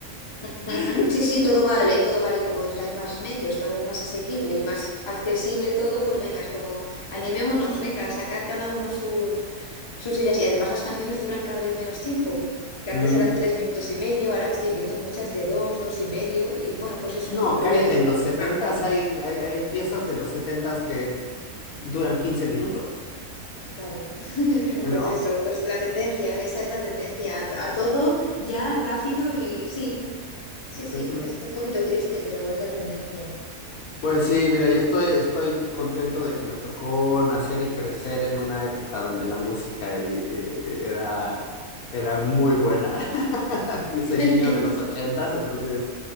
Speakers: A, on the left; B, on the left.
A: ujú,
B: <laughs>
A: Sí, sí, todo vale, todo vale. Como es- hay más medios, está más asequible y más accesible todo, pues venga, es como animémonos, venga, a sacar cada uno sus, sus ideas. Y además las canciones duran cada vez menos tiempo, que
B: Mm.
A: antes eran tres minutos y medio, ahora estoy viendo muchas de dos, dos y medio, y bueno, pues eso,
B: No,
A: lo
B: cállate,
A: que dices,
B: en los
A: pues,
B: setentas
A: rápido.
B: hay, hay, hay piezas de los setentas que duran 15 minutos,
A: Claro, <laughs>
B: ¿no?
A: pues eso, pues la tendencia, esa es la tendencia, a, a todo ya rápido y sí, sí, sí,
B: Sí, sí.
A: es un poquito triste, pero es la tendencia.
B: Pues sí, mira, yo estoy, estoy contento de que me tocó nacer y crecer en una época donde la música y- e- era, era muy buena. <laughs> Yo
A: <laughs>
B: soy niño de los ochentas, entonces